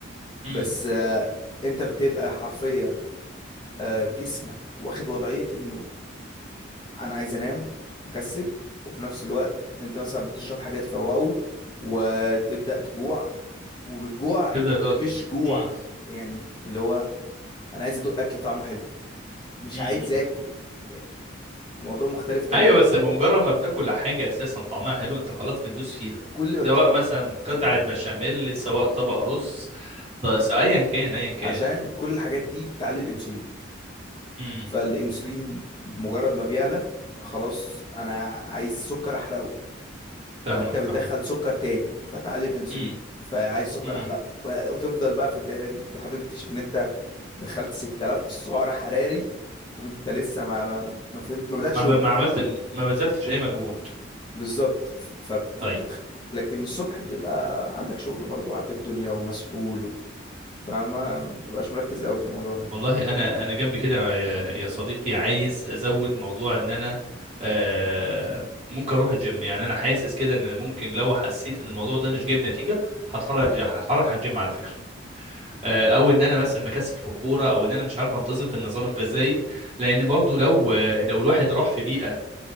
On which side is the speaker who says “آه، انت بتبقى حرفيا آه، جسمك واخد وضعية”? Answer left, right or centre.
Left